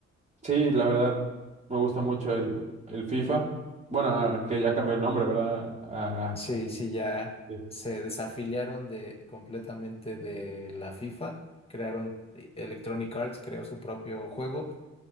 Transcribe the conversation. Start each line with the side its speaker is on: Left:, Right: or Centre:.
Right: sí, la verdad, me gusta mucho el, el FIFA. Bueno, ah, que ya cambió el nombre, ¿verdad? Ah,
Left: Sí, sí, ya
Right: sí,
Left: se desafiliaron de completamente de la FIFA. Crearon eh, Electronic Arts, creó su propio juego